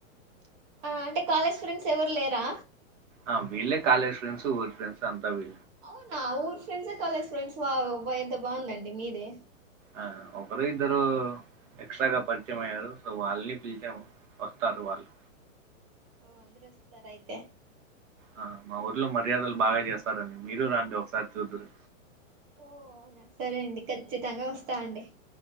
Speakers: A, on the right (about 20°); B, on the right (about 65°).
A: ఆ అంటే కాలేజ్ ఫ్రెండ్స్ ఎవరు లేరా
B: ఆ వీళ్ళే కాలేజ్ ఫ్రెండ్స్ ఊర్ ఫ్రెండ్స్ అంతా వీ
A: అవునా! ఊరు ఫ్రెండ్సే కాలేజ్ ఫ్రెండ్సే వావ్ వా ఎంత బాగుందండి. మీదే,
B: ఆ ఒకరో ఇద్దరో ఎక్సట్రాగా పరిచమయ్యారు. సో వాళ్లని పిలిచం, వస్తారు వాళ్లు.
A: ఓ అందు దురోస్తారు అయితే
B: ఆ మా ఊర్లో మర్యాదలు బాగా చేస్తారండి. మీరు రాండి ఒకసారి చూద్దురు.
A: ఓ అవునా సరే అండి ఖచ్చితంగా వస్తా అండి